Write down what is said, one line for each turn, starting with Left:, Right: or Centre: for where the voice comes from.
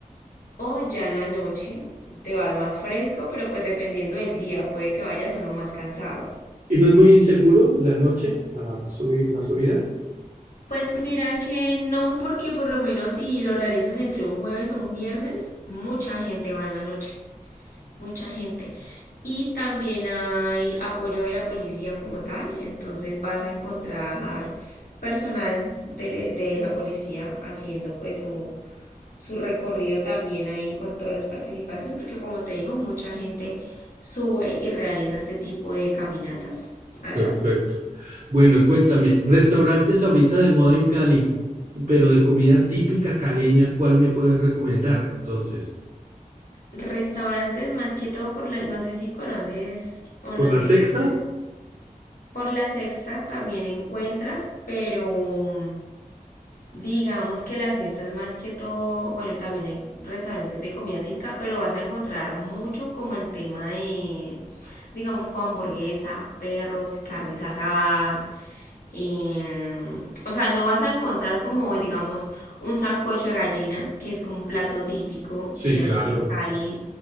Left: O ya en la noche te vas más fresco, pero pues dependiendo del día, puede que vayas o no más cansado.
Right: ¿Y no es muy inseguro en la noche, ah, subi- la subida?
Left: Pues mira que no, porque por lo menos si lo realizas entre un jueves o un viernes, mucha gente va en la noche, mucha gente. Y también hay apoyo de la policía como tal, entonces vas a encontrar personal de, le- de la policía haciendo pues su, su recorrido también ahí con todos los participantes, porque como te digo, mucha gente sube y realiza este tipo de caminatas allá.
Right: Perfecto. Bueno, y cuéntame, restaurantes ahorita de moda en Cali, pero de comida típica caleña, ¿cuál me puedes recomendar entonces?
Left: restaurantes más que todo por la, no sé si conoces o
Right: ¿Por
Left: no
Right: la
Left: sé,
Right: sexta?
Left: pues bueno, por la Sexta también encuentras, pero Digamos que las cesta más que todo, bueno, también hay restaurantes de comida típica, pero vas a encontrar mucho como el tema de, digamos, con hamburguesa, perros, carnes asadas. eh, o sea, no vas a encontrar como, digamos, un sancocho de gallina, que es como un plato típico
Right: Sí,
Left: de
Right: claro.
Left: aquí de Cali,